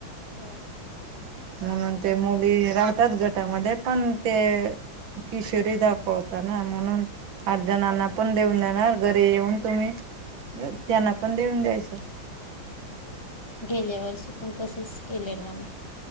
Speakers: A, on the left (about 20°); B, on the right (about 75°).
A: हां
B: म्हणूंन ते मुली राहतांत गटांमध्ये पणं ते कि शरीर दाखवंता नां म्हणूंन आठ जणांना पणं देऊंन देणारं घरी येऊंन तुम्हीं त्यांनां पणं देऊंन द्यायचं
A: गेल्यां वर्षी पणं तसेच केले नां आम्हीं